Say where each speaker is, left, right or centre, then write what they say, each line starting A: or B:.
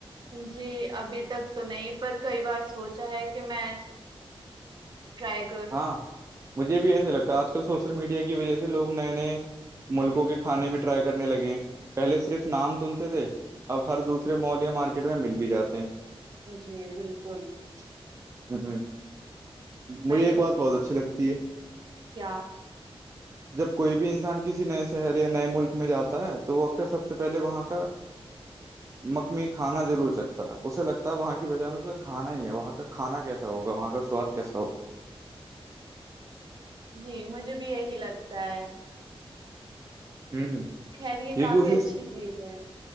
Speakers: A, on the right; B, on the right.
A: جی ابھی تک تو نہیں پر کئی بار سوچا ہے کہ میں ٹری
B: ہاں مجھے بھی ایسے لگتا ہے آج کل سوشل میڈیا کی وجہ سے لوگ نئے نئے ملکوں کے کھانے بھی ٹرائی کرنے لگے ہیں پہلے صرف نام سنتے تھے اب ہر دوسرے مول یا مارکیٹ میں مل بھی جاتے ہیں
A: جی بالکل
B: <inaudible> مجھے
A: میں بھی
B: ایک بات بہت اچھی لگتی ہے
A: کیا
B: جب کوئی بھی انسان کسی نئے شہر یا نئے ملک میں جاتا ہے تو وہ اکثر سب سے پہلے وہاں کا مخمی کھانا ضرور چکھتا ہے اسے لگتا ہے وہاں کی بھائی جان اس کا کھانا ہی ہے وہاں کا کھانا کیسا ہوگا وہاں کا سواد کیسا ہو
A: جی مجھے بھی یہی لگتا ہے
B: ہوں
A: خیر کافی
B: یہ کوشش
A: اچھی چیز ہے